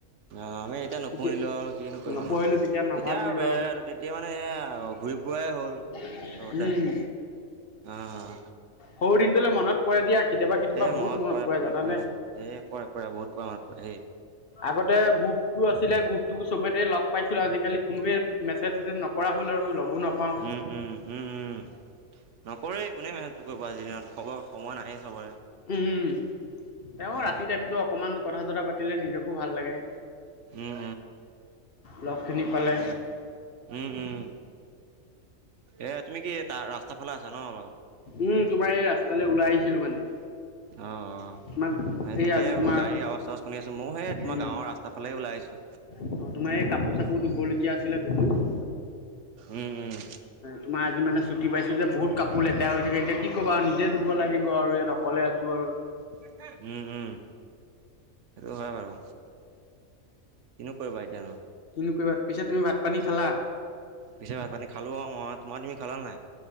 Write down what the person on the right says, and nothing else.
অ', আমি এতিয়া নুশুনিলো
আৰু কি নো কৰিবা
এতিয়া
তেতিয়া মানে এয়া ঘূৰি ফুৰাাই হ'ল।
চবতে অ অ
এ
মনত পৰে পৰে
পৰে, এ পৰে পৰে বহুত পৰে মত পৰে হেই
উম উম উম উম নকৰে কোনে মেনেজটো কৰিব আজি দিনত খবৰ সময় নাহেই চবৰে।
অ
উম,
উম। <inaudible> উম, উম। এ তুমি কি তা-ৰাস্তাফালে আছা ন অলপ।
অ', অ'।
সেই
তাকে
বোলো গাড়ীৰ আৱাজ চাৱাজ শুনি আছো, ময়ো সেই তোমাৰ
গাঁৱৰ ৰাস্তা ফালেই ওলাই আহিছো।
উম উম
<unintelligible> উম, উম। সেইটো হয় বাৰু, কিনো কৰিবা এতিয়ানো।
পিছে ভাত পানী খালো আৰু মই তোমাৰ তুমি খালা নাই?।